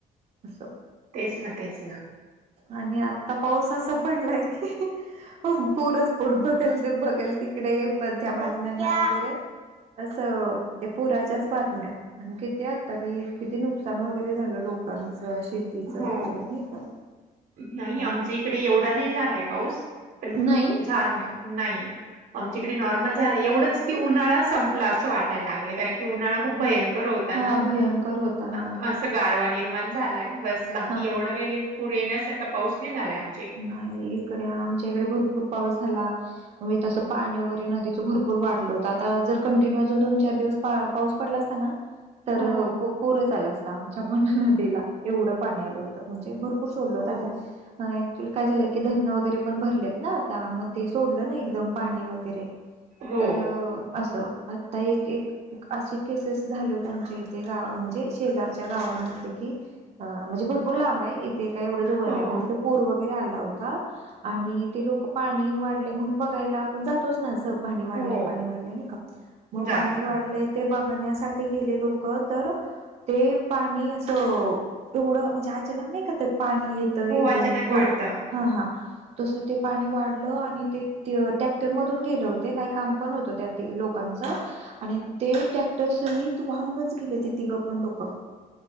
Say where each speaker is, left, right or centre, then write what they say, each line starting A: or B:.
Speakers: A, on the right; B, on the right.
A: असं.
B: तेच ना, तेच ना.
A: आणि आता पाऊस असा पडलाय की हो पूरच पूर बघल बघल, तिकडे त्या बातम्यांनी वगैरे. तस ते पुराच्याच बातम्या, आणि किती आता किती नुकसान. सान वगैरे झालं लोकांचं शेतीचं
B: हो
A: वगैरे नाही का.
B: नाही
A: असं
B: आमच्या इकडे एवढा नाही झालाय पाऊस पण
A: नाही
B: झान नाय नाही. आमच्याकडे नॉर्मल झाला. एवढंच की उन्हाळा संपला असं वाटायला लागलंय कारण, की उन्हाळा खूप भयंकर होत.
A: हा भयंकर होता हा
B: <unintelligible> गारवा निर्माण झालाय बस बाकी,
A: हा
B: एवढा काही पूर येण्यासारखा पाऊस नाही झालाय आम
A: नाही इकडे आमच्या इकडे, भरपूर पाऊस झाला. म्हणजे तसं पाणी वगैरे, नदीचं भरपूर वाढलं होतं जर कंटिन्यू अजून दोन चार दिवस. पाऊस पडला असताना. तर
B: हो हो
A: पूरंच आला असता आमच्या पन, नदीला एवढं पाणी आलं होतं म्हणजे भरपूर.
B: हो
A: <unintelligible> काय झालंय की धरणं वगैरे पण भरलेत ना, आता मग ते सोडलं ना एकदम पाणी वगैरे. ते
B: हो
A: तर असं, आता एक एक. एक अशी केसेस झाले होते आमच्या इथे गाव म्हणजे शेजारच्या गावांमध्ये कि अ म्हणजे भरपूर लांब आहे इथे काय एवढं जवळ
B: हो
A: ना
B: हो
A: पण तिथं पूर्व गेऱ्या आला होता आणि ते लोकं पाणी वाढले म्हणून बघायला आपण जातोच ना असं पाणी वाढलंय
B: हो
A: पाणी वाढलंय नाही का, मग
B: जातो
A: पाणी वाढलंय. ते बघण्यासाठी गेले लोकं तर ते पाणी असं एवढं म्हणजे, अचानक नाही का ते पाणी येतं
B: हो
A: एकदम
B: अचानक
A: पूर.
B: वाढतं.
A: हा हा. तस ते पाणी वाढलं, आणि ते टॅक्टर मधून गेलं होतं, काही काम पण होतं त्यात. ते लोकांचा आणि ते ट्रॅक्टर सहित वाहूनच गेले ते तिघं पण लोकं.